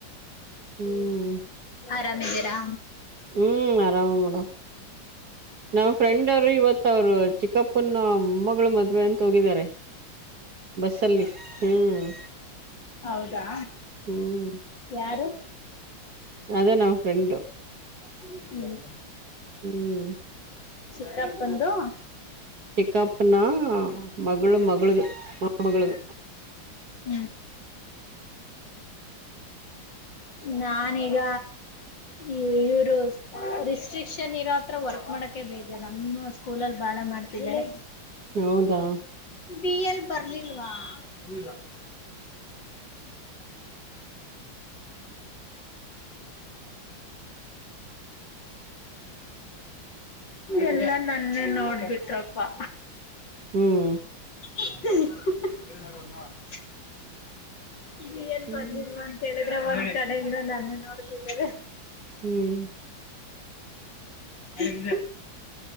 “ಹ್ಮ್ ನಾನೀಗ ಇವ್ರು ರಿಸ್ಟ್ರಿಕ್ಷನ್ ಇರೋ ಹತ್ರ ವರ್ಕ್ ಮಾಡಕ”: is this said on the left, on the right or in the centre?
Left